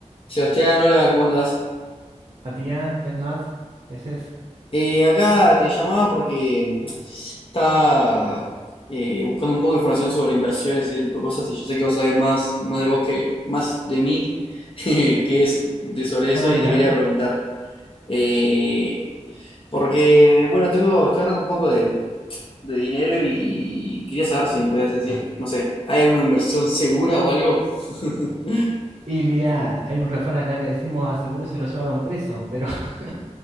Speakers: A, on the left; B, on the right.
A: Sebastián, hola, ¿cómo andás?
B: A tía, ¿qué andás? ¿Qué haces?
A: Eh, acá te llamaba porque mm, estaba eh, buscando un poco de información sobre inversiones y ese tipo de cosas, y yo sé que vos sabés más, más de vos que más de mí <laughs> que es de sobre eso,
B: Ah,
A: y
B: mira.
A: te quería preguntar. eh, porque, bueno, tengo, estoy ahorrando un poco de, de dinero y quería saber si me podías decir, no sé, ¿hay alguna inversión segura o algo? <laughs>
B: Y mira, hay un refrán acá que decimos, a seguro se lo llevaron preso, pero <laughs>